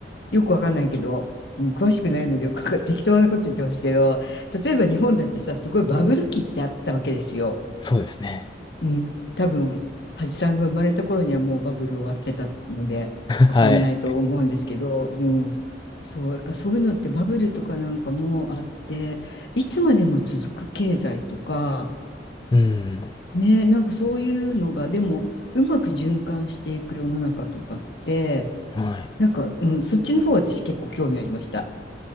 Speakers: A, on the left; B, on the left.
A: よくわかんないけど、うん詳しくないのでよくわかん <laughs> 適当なこと言ってますけど、例えば日本だってさ、すごいバブル期ってあったわけですよ。
B: そうですね。
A: うん、多分、橋さんが生まれた頃にはもうバブル終わってたので、わかんないと思うんですけど、
B: はい。
A: うん、そう、だからそういうのってバブルとかなんかもあって、いつまでも続く経済とか、
B: うん。
A: ね、なんかそういうのが、でも、うまく循環していく世の中とかって、
B: はい。
A: なんか、うん、そっちの方私結構興味ありました。